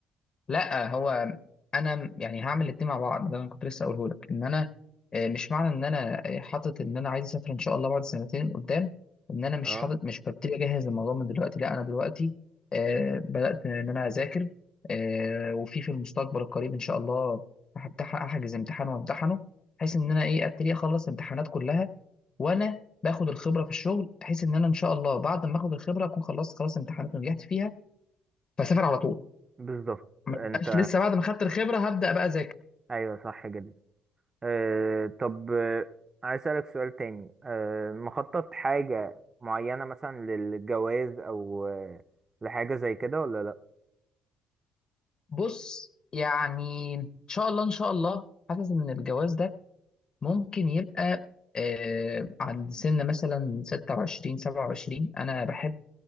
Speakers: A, on the left; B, on the right.
A: لا هو انا يعني هعمل الاتنين مع بعض ده اللي انا كنت لسه اقوله لك ان انا آه، مش معنى ان انا آه، حاطط ان انا عايز اسافر ان شاء الله بعد سنتين قدام ان انا مش
B: اه
A: حاطط مش ببتدي اجهز الموضوع من دلوقتي لا انا دلوقتي آه، بدات ان انا اذاكر آه، وفي في المستقبل القريب ان شاء الله هفتح- هحجز امتحان وامتحنه بحيث ان انا ايه ابتدي اخلص الامتحانات كلها وانا باخد الخبره في الشغل بحيث ان انا ان شاء الله بعد ما اخد الخبره اكون خلصت خلاص امتحانات ونجحت فيها فاسافر على طول
B: بالظبط
A: ما
B: انت
A: بقاش لسه بعد ما خدت الخبره هبدا بقى اذاكر
B: ايوه صح جدا آه طب آه، عايز اسألك سؤال تاني آه مخطط حاجة معينة مثلا للجواز او آه، لحاجة زي كده ولا لا
A: بص يعني ان شاء الله ان شاء الله حاسس ان الجواز ده ممكن يبقى آه عند سن مثلا 26 27 انا بحب